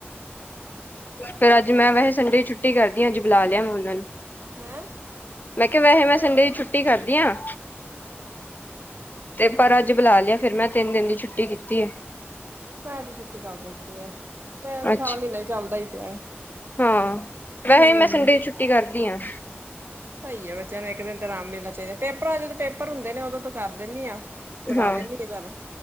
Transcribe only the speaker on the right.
ਆਹ।
ਹੈਂ।
ਹਾਂ।
ਮੈਂ ਤੇ ਛੁੱਟੀ ਕਰ ਦਿੱਤੀ ਹੈ ਮੈਂ ਨਾ
ਸਾਰਾ ਮਹੀਨਾ ਚੱਲਦਾ ਹੀ ਪਿਆ।
ਹਮ
ਸਹੀ ਹੈ ਬੱਚਿਆਂ ਨੂੰ ਇੱਕ ਦਿਨ ਤੇ ਆਰਾਮ ਮਿਲਣਾ ਚਹੀਦਾ ਪੇਪਰ ਆ ਜਦ ਪੇਪਰ ਹੁੰਦਾ। ਨੇ ਉਦੋਂ ਤੋਂ ਕਰ ਦਿੰਦੀ
ਲੈਂਦੀ ਆ ਚੱਲ